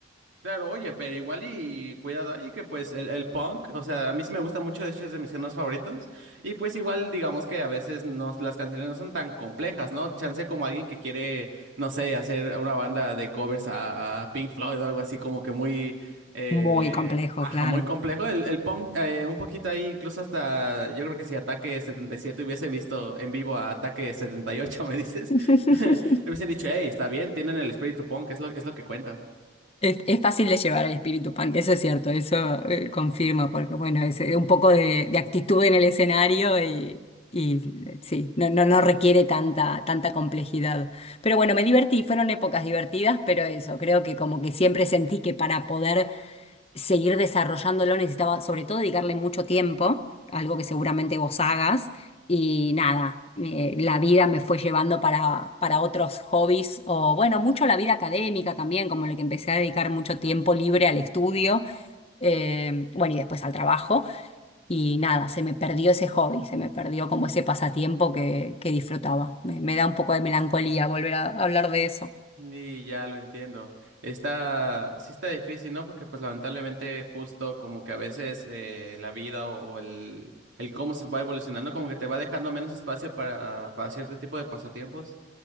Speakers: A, on the right (about 75°); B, on the left (about 30°).
A: Claro, oye, pero igual y cuidado ahí, que pues el, el punk, o sea, a mí sí me gusta mucho, de hecho es de mis géneros favoritos, y pues igual digamos que a veces no, las canciones no son tan complejas, ¿no? Chance como alguien que quiere, no sé, hacer una banda de covers a, a Pink Floyd o algo así como que muy, eh,
B: Muy complejo,
A: ajá,
B: claro.
A: muy complejo, el, el punk eh, un poquito ahí, incluso hasta, yo creo que si Ataque setenta y siete hubiese visto en vivo a Ataque setenta y ocho, me dices,
B: <laughs>
A: <laughs> me hubiesen dicho, hey, está bien, tienen el espíritu punk, es lo, es lo que cuenta.
B: Es, es fácil de llevar el espíritu punk, eso es cierto, eso eh, confirmo, porque bueno, es eh, un poco de, de actitud en el escenario y, y, eh, sí, no, no, no requiere tanta, tanta complejidad. Pero bueno, me divertí, fueron épocas divertidas, pero eso, creo que como que siempre sentí que para poder seguir desarrollándolo necesitaba sobre todo dedicarle mucho tiempo, algo que seguramente vos hagas, y nada, me- la vida me fue llevando para, para otros hobbies, o bueno, mucho la vida académica también, como lo que empecé a dedicar mucho tiempo libre al estudio, eh, bueno, y después al trabajo, y nada, se me perdió ese hobby, se me perdió como ese pasatiempo que, que disfrutaba. Me, me da un poco de melancolía volver a hablar de eso,
A: Y ya lo entiendo. Está, sí está difícil, ¿no? Porque pues lamentablemente justo como que a veces eh, la vida o, o el, el cómo se va evolucionando como que te va dejando menos espacio para, para cierto tipo de pasatiempos.